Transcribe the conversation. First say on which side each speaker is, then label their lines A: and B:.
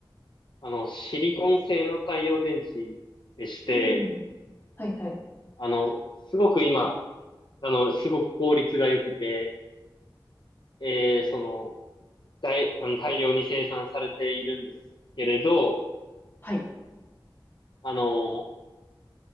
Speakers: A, on the left; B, on the left.
A: あの、シリコン製の太陽電池でして、
B: うん。はい、はい。
A: あの、すごく今、あの、すごく効率が良くて、えー、その、大、あの、大量に生産されているんですけれど、
B: はい。
A: あの、